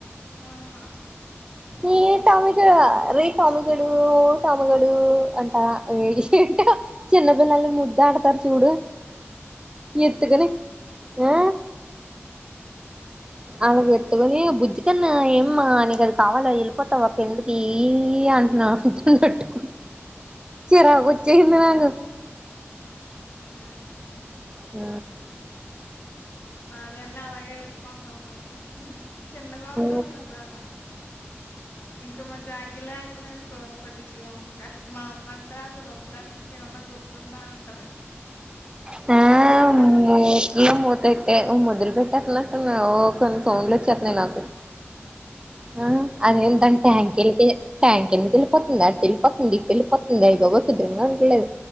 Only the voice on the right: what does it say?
నీ టామికి ఆ రే టామికడుగు టామికడుగు అంటా రీ చిన్నపిల్లల్ని ముద్దడుతారు చూడు ఎత్తుకోని
ఆ
అలాగెత్తుకొని
ఆ బుజ్ కన్మా ఏమ్మా నీకది కావాల ఎళ్ళిపోతావ కిందకీ అంట్నా ట్టుకు చిరాకొచ్చేసింది నాకు
ఆ
ఆ
తా మూత్లో
మూతెట్టే ఓ ముద్దులు పెట్టక్ నట్టున్నా ఓ కొన్ని సౌండ్లు వోచ్చేత్తన్నాయి నాకు ఆ అదేంటం
ట్యాంకెల్లిపోయి ట్యాంకిందికెళ్ళిపోతుంది అటెళ్ళిపోతుంది ఇటెళ్ళిపోతుంది అయి బాబోయ్ కుద్రంగా ఉండట్లేదు